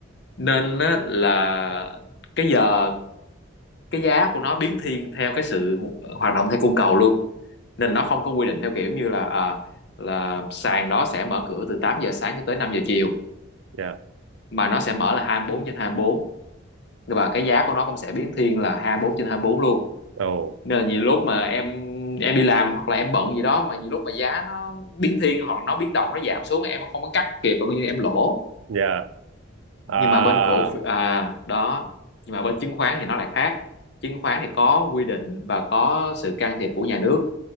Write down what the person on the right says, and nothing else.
ừ
dạ
ồ
dạ à